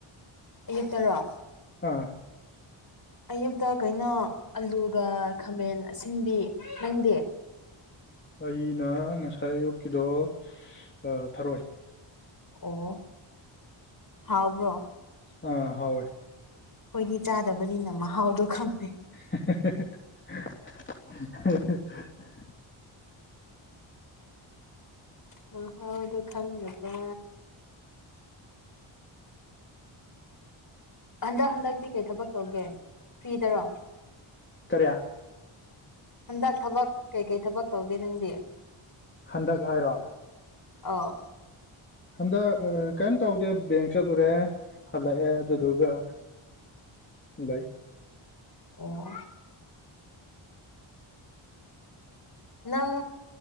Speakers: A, on the left; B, on the left.
A: ꯑꯌꯨꯛꯇꯔꯣ
B: ꯑꯥ
A: ꯑꯌꯨꯛꯇ ꯀꯩꯅꯣ ꯑꯂꯨꯒ ꯈꯥꯃꯦꯟ ꯑꯁꯤꯟꯕꯤ ꯅꯪꯗꯤ
B: ꯑꯩꯅ ꯉꯁꯥꯏ ꯑꯌꯨꯛꯀꯤꯗꯣ ꯑꯥ ꯊꯥꯔꯣꯏ
A: ꯑꯣ ꯍꯥꯎꯕ꯭ꯔꯣ
B: ꯑ ꯍꯥꯎꯋꯦ
A: ꯈꯣꯏꯗꯤ ꯆꯥꯗꯕꯅꯤꯅ ꯃꯍꯥꯎꯗꯣ ꯈꯪꯗꯦ
B: <inaudible>
A: ꯃꯍꯥꯎꯗꯨ ꯈꯪꯗꯕ ꯍꯟꯗꯛ ꯍꯟꯗꯛꯇꯤ ꯀꯩ ꯊꯕꯛ ꯇꯧꯒꯦ ꯐ꯭ꯔꯤꯗꯔꯣ
B: ꯀꯔꯤ
A: ꯍꯟꯗꯛ ꯊꯕꯛ ꯀꯩꯀꯩ ꯊꯕꯛ ꯇꯧꯒꯦ ꯅꯪꯗꯤ
B: ꯍꯟꯗꯛ ꯍꯥꯏꯔꯣ
A: ꯑꯧ
B: ꯍꯟꯗꯛ ꯑꯥ ꯀꯩꯝ ꯇꯧꯗꯦ ꯕꯦꯡ ꯆꯠꯂꯨꯔꯦ ꯍꯜꯂꯛꯑꯦ ꯗꯨꯗꯨꯒ ꯂꯩ
A: ꯑꯣ ꯅꯪ